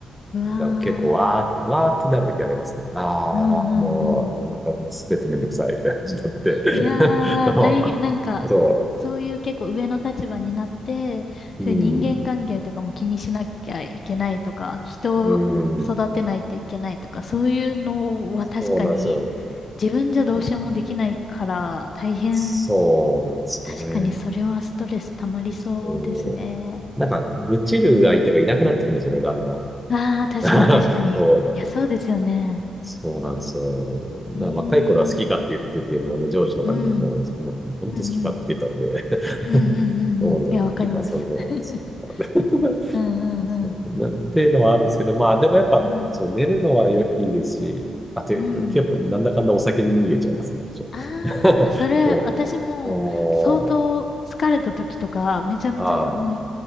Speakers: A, on the left (about 50°); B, in the centre.
A: うわ
B: なんか結構、わー、わーってなるときありますね。ああ、
A: ー。うんうんうん。
B: もう、なんかもうすべてめんどくさいみたいな感じになって。
A: いやー、
B: <laughs> そ
A: 大変、なんか、
B: うそ
A: そういう結構上の立場になって、
B: う。
A: そういう人間関係とかも気にしなきゃいけないとか、
B: うん。
A: 人を育てないといけないとか、
B: うん。
A: そういうのは確かに
B: そうなんですよ。
A: 自分じゃどうしようもできないから大変、
B: なんか、そうなんですよね。
A: 確かにそれはストレス溜まりそうですね。
B: そう。なんか、愚痴る相手がいなくなってくるんですよね、だんだん。
A: ああ、確かに確かに。
B: <laughs> そう。
A: いや、そうですよね。
B: そうなんですよ。な若い頃は好きかって言ってて、
A: ええー、
B: もうね、上司とかにももう、
A: うん、
B: もう本当好きかって言ってたんで
A: うんうん、うんうんうんうん。
B: <laughs> うん今、
A: いや、わかります。
B: その、
A: <laughs>
B: そうなんだ <laughs>
A: うんうんうん。
B: そうなっていうのはあるんですけど、まあ、でもやっぱ、
A: うん
B: そう、寝るのはよいいですし、あと、
A: うん。
B: 結構、なんだかんだお酒に逃げちゃいますね。そょ
A: ああ、それ、
B: <laughs> そ
A: 私も相当疲れた時とか、
B: うおー、
A: めちゃめちゃもう
B: ああ、